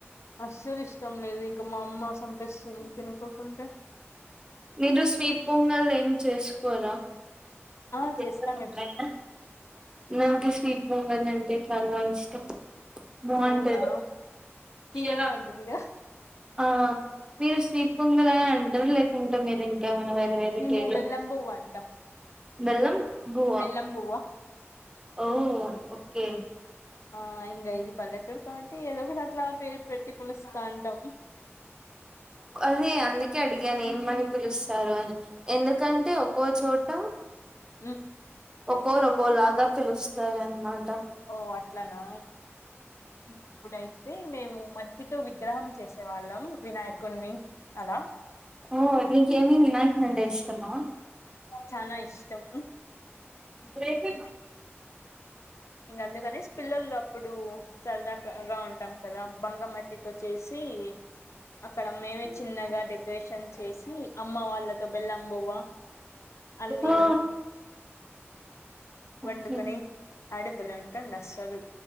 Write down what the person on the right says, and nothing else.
మీరు స్వీట్ పొంగల్ ఏం చేసుకోరా
చేస్తాను
ఎప్పుడైనా నోటీస్ సీట్ పొంగల్ అంటే చాలా ఇష్టం బాగుంటది
ఇలా
ఆ మీరు స్వీట్ పొంగలా ఆ అంటారు లేకుంటే మీరు ఇంకేమన్ వేర వేరు
కేర
బేల్లం బువ్వ
ఓ ఓకే
అదే అందుకే అడిగా నే అమ్మని పిలుస్తారు అని ఎందుకంటే ఒక్కో చోట
ఒక్కోరుక్కోలాగా పిలుస్తార అనమాట
ఓ నీకేమి వినాయకుడు అంటే ఇష్టమా
రేపేనా
ఓ
ఓకే.